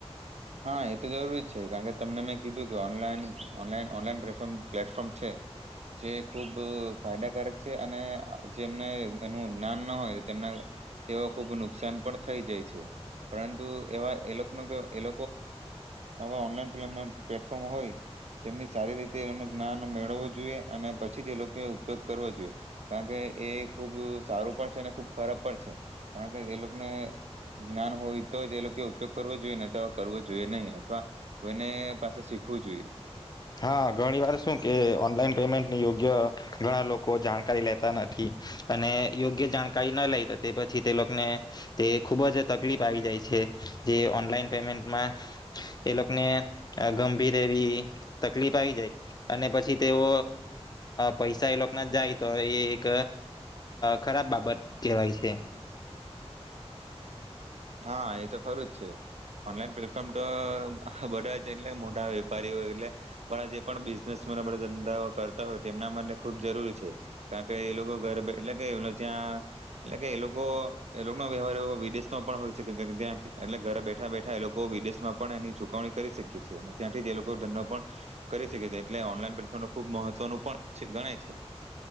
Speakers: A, on the right; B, on the left.
A: હા એ તો જરૂરી છે કારણ કે તમને મેં કીધું કે ઓનલાઈન ઓનલાન ઓનલાઈન પ્મ પ્લેટફોર્મ છે, જે ખૂબ ફાયદાકારક છે અને જેમને એનું જ્ઞાન ન હોય તેમના, તેઓ ખૂબ નુકસાન પણ થઈ જાય છે, પરંતુ એવા એ લોકોનું એ ઓનલાઈન પેમેન્ટ પ્લેટફોર્મ હોય, તેમની સારી રીતે એનું જ્ઞાન મેળવવું જોઈએ અને પછી જ એ લોકો ઉપયોગ કરવો જોઈએ, કારણ કે એ ખૂબ સારું પણ છે અને ખૂબ ખરાબ પણ છે, કારણ કે એ લોકોને જ્ઞાન હોય તો જ એ લોકો ઉપયોગ કરવો જોઈએ તો કરવું જોઈએ નહી અથવા, કોઈને પાસે શીખવું જોઈએ.
B: હા ઘણી વાર શું કે ઓનલાઈન પેમેન્ટની યોગ્ય, ઘણા લોકો જાણકારી લેતા નથી, અને યોગ્ય જાણકારી ના લેતા તે પછી તે લોકોને તે ખુબ જ તકલીફ આવી જાય છે જે ઓનલાઈન પેમેન્ટમાં, એ લોકોને ગંભીર એવી તકલીફ આવી જાય, અને પછી તેઓ પૈસા એ લોકોક ના જ જાય તો એ એક ખરાબ બાબત કેહેવાય છે.
A: હા એ તો ખરું જ છે, ઓનલાઈન પ્લેટફોર્મ તો બધા જ એટલે, મોટા વેપારીઓ એટલે બા જે પણ બા ધંધાઓ કરતા હોય તેમના માટે ખુબ જરૂરી છે, કારણ કે એ લોકો ગર એટલે કે એ જ્યાં એટલે કે એ લોકો એ લોકોનો વ્યવહાર એવ વિદેશ પણ હોય છે. ત્યાં એટલે ઘરે બેઠા બેઠા એ લોકો કો વિદેશ માં પણ એની ચૂકવણી કરી શકીએ છીએ અને ત્યાંથી જે એ લોકો ો પણ, કરી શકે છે એટલે ઓનલાઈન પ્લેટફોર્મ ખબ મહત્વનું પણ ગણાય છે.